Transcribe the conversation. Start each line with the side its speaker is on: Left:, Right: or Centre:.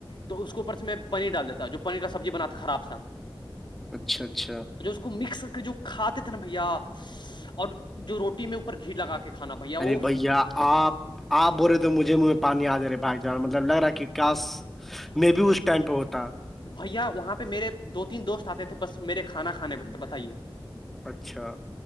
Left: تو اس کے اوپر سے میں پانی ڈال دیتا جو پانی کا سبزی بناا تھا خراب تھا
Centre: اچھا اچھا
Left: مکس کر کے جو کھاتے تھے نا بھیا اور جو روٹی میں اوپر گھی لگا کے کھانا بھیا
Centre: <unintelligible> ارے
Left: وہ
Centre: بھیا آپ آپ بولے تو مجھے پانی آ جا رہے بھائی جان مطلب لگ رہا ہے کہ کاش میں بھی اس ٹائم پہ ہوتا
Left: بھیا وہاں پہ میرے دو تین دوست آتے تھے بس میرے کھانا کھانے بھیا بتائیے
Centre: اچھا